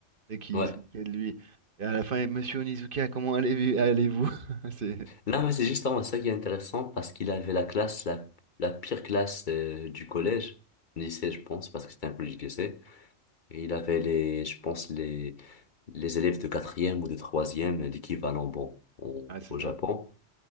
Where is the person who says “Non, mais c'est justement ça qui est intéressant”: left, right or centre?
Left